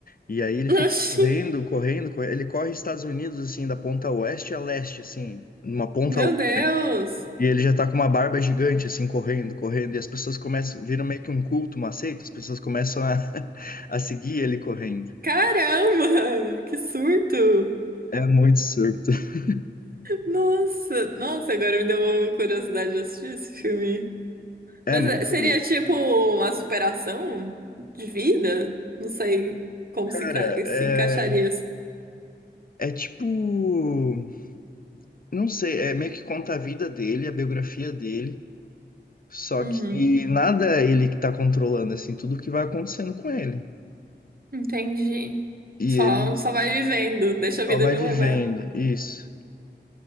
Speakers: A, on the left; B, on the right.
A: E aí ele fica
B: Oxi.
A: correndo, correndo, correndo. Ele corre Estados Unidos, assim, da ponta oeste a leste, assim, numa ponta.
B: Meu
A: a outra.
B: Deus.
A: E ele já tá com uma barba gigante, assim, correndo, correndo. E as pessoas começam, viram meio que um culto, uma seita, as pessoas começam a, <laughs> a seguir ele correndo.
B: Caramba! Que surto!
A: É muito surto. <laughs>
B: Nossa, nossa, agora me deu uma curiosidade de assistir esse filme.
A: É
B: Mas
A: muito
B: é, seria
A: louco.
B: tipo uma superação de vida? Não sei como
A: Cara,
B: se, enca- se
A: é,
B: encaixaria.
A: é tipo. Não sei, é meio que conta a vida dele, a biografia dele. Só
B: Uhum,
A: que nada é ele que tá controlando, assim, tudo que vai acontecendo com ele.
B: entendi.
A: E
B: Só,
A: ele
B: só vai vivendo, deixa
A: Só
B: a vida
A: vai
B: me
A: vivendo,
B: levar.
A: isso.